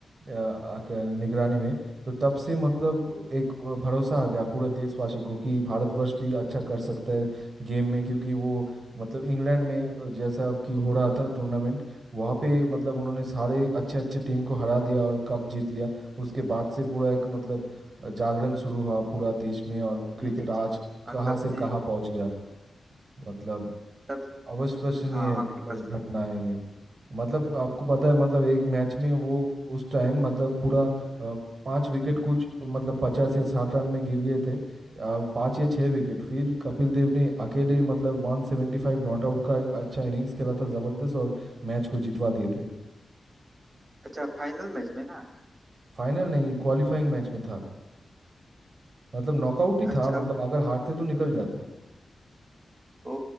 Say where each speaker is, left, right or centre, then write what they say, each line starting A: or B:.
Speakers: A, on the right (about 65°); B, on the right (about 45°).
A: अ, आ- के निगरानी में तो तब से मतलब एक व- भरोसा आ गया पूरे देशवासी को कि भारतवर्ष भी अच्छा कर सकता है गेम में क्योंकि वो मतलब इंग्लैंड में जैसा कि हो रहा था टूर्नामेंट वहाँ पे मतलब उन्होंने सारे अच्छे अच्छे टीम को हरा दिया और कप जीत लिया उसके बाद से पूरा एक मतलब जागरण शुरू हुआ पूरा देश में और
B: जी
A: क्रिकेट
B: जी जी
A: आज
B: हाँ
A: कहाँ
B: तब
A: से
B: से
A: कहाँ पहुँच गया मतलब
B: तब
A: अविश्वसनीय
B: हाँ
A: एक
B: आपकी बात सही
A: घटना
B: है
A: है ये मतलब आपको पता है मतलब एक मैच में वो उस टाइम मतलब पूरा अ, पांच विकेट कुछ मतलब पचास या साठ रन में गिर गए थे अ, पांच या छह विकेट फिर कपिल देव ने अकेले मतलब वन सेवेंटी फाइव नॉट आउट का एक अच्छा इनिंग्स खेला था जबरदस्त और मैच को जितवा दिए थे
B: अच्छा फाइनल मैच में ना
A: फाइनल नहीं क्वालिफाइंग मैच में था मतलब नॉकआउट ही
B: अच्छा
A: था मतलब अगर हारते तो निकल जाते
B: ओ